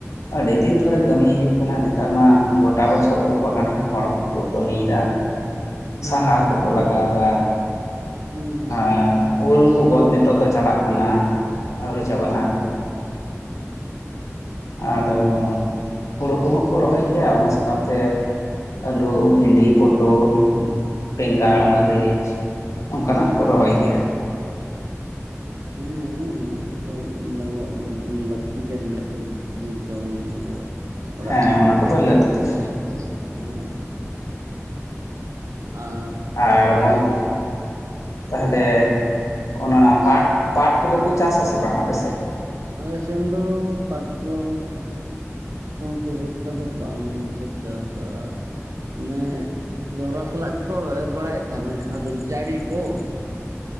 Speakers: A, on the left (about 80°); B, on the right (about 90°).
A: ᱟᱹᱰᱤ ᱫᱤᱱ ᱫᱷᱚᱨᱮ ᱠᱟᱹᱢᱤ ᱦᱩᱭᱩᱜᱭ ᱠᱟᱱᱟ ᱱᱮᱛᱟᱨ ᱢᱟ ᱜᱚᱴᱟ ᱵᱚᱪᱷᱚᱨ ᱩᱞ ᱵᱟᱜᱟᱱ ᱨᱮᱦᱚᱸ ᱦᱚᱲ ᱠᱚ ᱠᱟᱹᱢᱤ ᱫᱟ᱾
B: ᱦᱮᱸ
A: ᱥᱟᱦᱟᱨ ᱠᱚᱠᱚ ᱞᱟᱜᱟᱣᱫᱟ
B: ᱦᱮᱸ ᱦᱩᱸ
A: ᱟᱨ ᱩᱞ ᱠᱚ ᱜᱚᱫ ᱱᱤᱛᱚᱜ ᱫᱚ ᱪᱟᱞᱟᱜ ᱠᱟᱱᱟ ᱟᱹᱣᱨᱤ
B: ᱦᱩᱸ
A: ᱪᱟᱵᱟᱜᱼᱟ᱾ ᱟᱫᱚ ᱦᱩᱲᱳ ᱠᱚᱦᱚᱸ ᱠᱚ ᱨᱚᱦᱚᱭ ᱜᱮᱭᱟ ᱚᱱᱟ ᱥᱟᱶᱛᱮ ᱟᱞᱩ, ᱵᱷᱮᱱᱰᱤ, ᱯᱚᱴᱚᱞ᱾
B: ᱦᱩᱸ
A: ᱵᱮᱸᱜᱟᱲ ᱢᱟᱹᱨᱤᱪ ᱱᱚᱝᱠᱟ
B: ᱦᱩᱸ
A: ᱱᱟᱜ ᱦᱚ ᱠᱚ ᱨᱚᱦᱚᱭ ᱜᱮᱭᱟ᱾
B: ᱦᱮᱸ ᱱᱚᱣᱟ ᱠᱚᱫᱚ ᱟᱵᱚᱣᱟᱜ ᱞᱟᱹᱠᱛᱤ ᱠᱟᱱ ᱜᱮᱭᱟ ᱥᱮ᱾ ᱡᱮᱢᱚᱱ ᱟᱵᱚ ᱚᱲᱟᱜ
A: ᱦᱮᱸ
B: ᱨᱮᱦᱚᱸ
A: ᱚᱱᱟ
B: ᱡᱚᱢ
A: ᱠᱚᱫᱚ
B: ᱥᱮᱱᱚᱜᱼᱟ
A: ᱞᱟᱹᱠᱛᱤ
B: ᱥᱮ ᱛᱚ ᱦᱮᱸ᱾ ᱟᱨ
A: ᱟᱨ ᱜᱚᱝᱠᱮ ᱛᱟᱦᱟᱞᱮ
B: ᱞᱟᱹᱭ ᱢᱮ
A: ᱚᱱᱟ ᱯᱟᱴ ᱯᱟᱴ ᱠᱚᱫᱚ ᱯᱮ ᱪᱟᱥ ᱟᱥᱮ ᱵᱟᱝ ᱟᱯᱮ ᱥᱮᱫ?
B: ᱟᱞᱮ ᱥᱮᱱ ᱫᱚ ᱯᱟᱴ ᱫᱚ ᱠᱷᱩᱵ ᱮᱠᱴᱟ ᱫᱚ ᱵᱟᱝᱠᱚ ᱪᱟᱥᱟ᱾ ᱚᱱᱮ ᱡᱚᱱᱨᱟ ᱥᱟᱞᱟᱜ ᱜᱮᱠᱚ ᱮᱨ ᱵᱟᱲᱟᱭᱮᱫ ᱛᱟᱦᱮᱱᱟ ᱡᱟᱦᱟᱸ ᱫᱚ ᱡᱟᱲᱤ ᱛᱚ